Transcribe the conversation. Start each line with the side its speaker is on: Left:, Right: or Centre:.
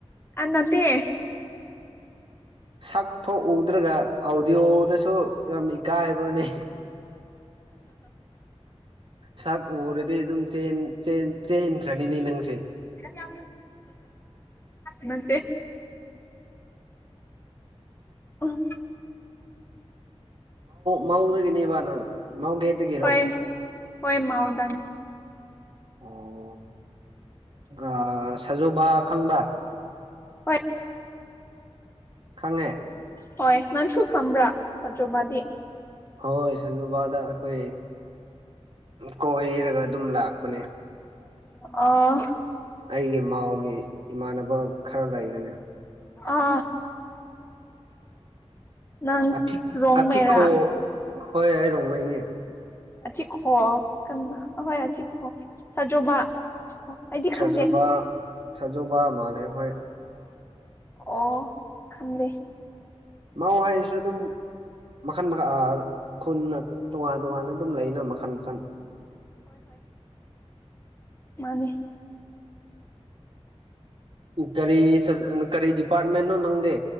Left: ꯑꯥ ꯅꯠꯇꯦ
Right: ꯁꯛ ꯐꯥꯎ ꯎꯗ꯭ꯔꯒ ꯑꯥꯎꯗꯤꯌꯣꯗꯁꯨ ꯌꯥꯝ ꯏꯀꯥꯏꯕ꯭ꯔꯣꯅꯦ ꯁꯛ ꯎꯔꯗꯤ ꯑꯗꯨꯝ ꯆꯦꯟ ꯆꯦꯟ ꯆꯦꯟꯈ꯭ꯔꯅꯤꯅꯦ ꯅꯪꯁꯦ
Left: ꯒ ꯃꯦ ꯑꯣ
Right: ꯃꯥꯧꯗꯒꯤꯅꯤꯕ ꯅꯪ ꯃꯧꯘꯦꯒꯤꯔꯣ
Left: ꯍꯣꯏ ꯍꯣꯏ ꯃꯥꯎꯗꯥꯅꯦ
Right: ꯑꯣ ꯑ ꯁꯥꯖꯣꯕ ꯈꯪꯕ
Left: ꯍꯣꯏ
Right: ꯈꯪꯉꯦ
Left: ꯍꯣꯏ ꯅꯟꯁꯨ ꯈꯝꯕ꯭ꯔꯥ ꯆꯆꯣꯕꯥꯗꯤ
Right: ꯍꯣꯏ ꯁ ꯑꯗꯨꯕꯥꯗ ꯍꯣꯏ ꯀꯣꯏꯔꯒ ꯑꯗꯨꯝ ꯂꯥꯛꯄꯅꯦ
Left: ꯑ
Right: ꯑꯩꯒꯤ ꯃꯥꯎꯒꯤ ꯏꯃꯥꯟꯅꯕ ꯈꯔ ꯂꯩꯕꯅꯤ
Left: ꯑ ꯅꯪ
Right: ꯑꯊꯤꯛ
Left: ꯔꯣꯃꯦꯔꯥ
Right: ꯑꯊꯤꯛꯈꯣ ꯍꯣꯏ ꯍꯥꯏ ꯔꯣꯃꯥꯏꯅꯦ
Left: ꯤꯈꯣ <unintelligible> ꯍꯣꯏꯤꯈꯣ <unintelligible> ꯁꯥꯖꯃ ꯑꯣ ꯑꯩꯗꯤ
Right: ꯁꯖꯣꯕꯥ
Left: ꯈꯪꯗꯦ
Right: ꯁꯖꯣꯕꯥ ꯃꯥꯂꯦ ꯍꯣꯏ
Left: ꯑꯣ ꯈꯟꯗꯦ
Right: ꯃꯧ ꯍꯥꯏꯁꯨ ꯑꯗꯨꯝ ꯃꯈꯟ ꯃꯈꯥ ꯈꯨꯟꯅ ꯇꯣꯉꯥꯟ ꯇꯣꯉꯥꯟꯅ ꯑꯗꯨꯝ ꯂꯩꯅ ꯃꯈꯟ ꯃꯈꯟ
Left: ꯃꯥꯅꯦ
Right: ꯀꯔꯤ ꯀꯔꯤ ꯗꯤꯄꯥꯔꯠꯃꯦꯟꯟꯅꯣ ꯅꯪꯗꯦ